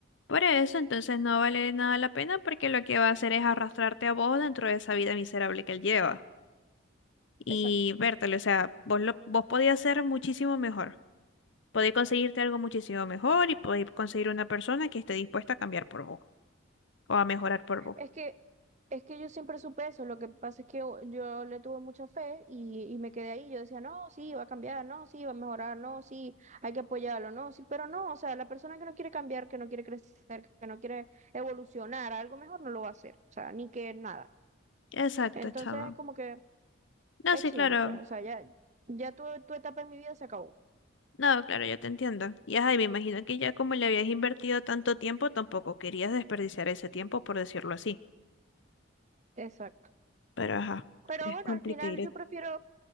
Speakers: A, on the left (about 65°); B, on the right (about 35°).
A: Por eso, entonces no vale nada la pena porque lo que va a hacer es arrastrarte a vos dentro de esa vida miserable que él lleva. Y
B: Exacto.
A: vértelo, o sea, vos, lo, vos podías ser muchísimo mejor. Podéis conseguirte algo muchísimo mejor y podéis conseguir una persona que esté dispuesta a cambiar por vos. o a mejorar por vos.
B: Es que, es que yo siempre supe eso, lo que pasa es que yo, yo le tuve mucha fe y, y me quedé ahí, yo decía, no, sí, va a cambiar, no, sí, va a mejorar, no, sí, hay que apoyarlo, no, sí, pero no, o sea, la persona que no quiere cambiar, que no quiere crecer, que no quiere evolucionar a algo mejor, no lo va a hacer, o sea, ni que nada.
A: Exacto,
B: Entonces
A: chamo.
B: es como que
A: No,
B: es
A: sí,
B: chimbo,
A: claro.
B: pues, o sea, ya, ya tu, tu etapa en mi vida se acabó.
A: No, claro, yo te entiendo. Y ajá, y me imagino que ya como le habías invertido tanto tiempo, tampoco querías desperdiciar ese tiempo, por decirlo así.
B: Exacto.
A: Pero ajá,
B: Pero
A: es
B: bueno,
A: complicado.
B: al final yo prefiero